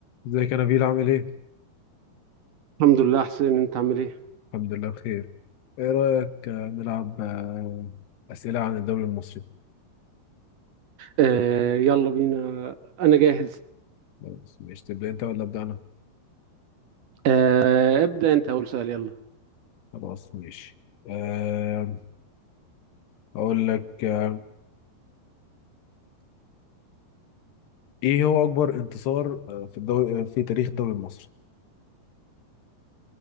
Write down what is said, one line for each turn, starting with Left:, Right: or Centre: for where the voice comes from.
Left: ازيك يا نبيل عامل ايه؟
Right: الحمد لله حسين انت عامل ايه
Left: الحمد لله بخير ايه رأيك آه، نلعب آه، أسئلة عن الدوري المصري
Right: آه يلا بينا انا جاهز
Left: بس ماشي تبدأ انت ولا أبدأ أنا؟
Right: آه ابدأ انت اول سؤال يلا
Left: خلاص ماشي آه، أقول لك آه، ايه هو أكبر انتصار آه، في الدوري آه، في تاريخ الدوري المصري؟